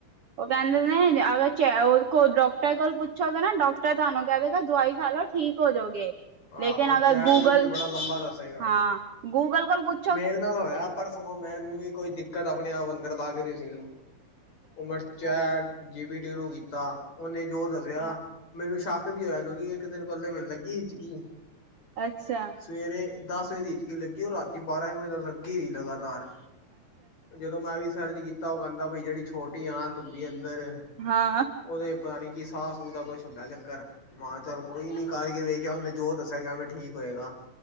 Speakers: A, on the right (about 65°); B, on the left (about 45°).
A: ਉਹ ਕੈੰਦੇ ਨੇ ਅਗਰ ਚ ਡਾਕਟਰ ਕੋਲ ਪੂਛੋਗੇ ਨਾ ਡਾਕਟਰ ਤਾਨੂੰ ਦੇਗਾ ਦਵਾਈ ਖਾ ਲੋ ਠੀਕ ਹੋ ਜੋਗੇ,
B: ਹਾਂ
A: ਲੇਕਿਨ
B: ਉਹ ਚੈਟ
A: ਅਗਰ Google
B: ਜੀ ਪੀ ਟੀ ਬੜਾ ਲੰਬਾ ਦੱਸੇਗਾ।
A: ਹਾਂ ਗੂਗਲ ਕੋਲ ਪੁੱਛ
B: ਮੇਰੇ ਨਾਲ ਹੋਇਆ ਪਰਸੋ ਮੈਨੂੰ ਵੀ ਕੋਈ ਦਿੱਕਤ ਆਪਣੇ ਆਪ ਅੰਦਰ ਲੱਗ ਰੀ ਸੀ। ਉ ਮੈੰ ਚੈਟ ਜੀਪੀਟੀ ਨੂੰ ਕੀਤਾ ਉਨੇ ਜੋ ਦੱਸਿਆ ਮੈਨੂੰ ਸ਼ੱਕ ਵੀ ਹੋਇਆ, ਕਿਉਂਕਿ ਇੱਕ ਦਿਨ ਪੈਲੇ ਮੈਨੂੰ ਲੱਗੀ ਹਿਚਕੀ
A: ਅੱਛਾ।
B: ਸਵੇਰੇ ਦਸ ਵਜੇ ਦੀ ਹਿਚਕੀ ਲੱਗੀ ਔਰ ਰਾਤੀ ਬਾਰਾਂ ਵਜੇ ਤੱਕ ਲੱਗੀ ਰੀ ਲਗਾਤਾਰ। ਜਦੋਂ ਮੈਂ ਵੀ ਸਰਚ ਕੀਤਾ ਉਹ ਕੈੰਦਾ ਬਈ ਜੇੜੀ ਛੋਟੀ ਆਂਤ ਹੁੰਦੀ ਏ ਅੰਦਰ
A: ਹਾ।
B: ਓਦੇ ਪਤਾ ਨੀ ਕੀ ਸਾਹ ਸੂਹ ਦਾ ਕੁਛ ਹੁੰਦਾ ਚੱਕਰ ਮਹਾ ਚੱਲ ਕੋਈ ਨੀ ਕਰਕੇ ਵੇਖ ਔਨੇ ਜੋ ਦੱਸਿਆ ਕਿਵੇਂ ਠੀਕ ਹੋਏਗਾ